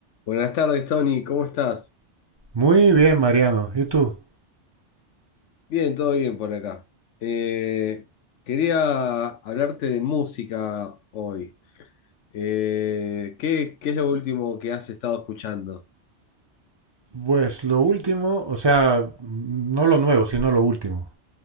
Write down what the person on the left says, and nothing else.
Buenas tardes, Tony, ¿cómo estás?
Bien, todo bien por acá. Eh, quería hablarte de música hoy. Eh, ¿qué, qué es lo último que has estado escuchando?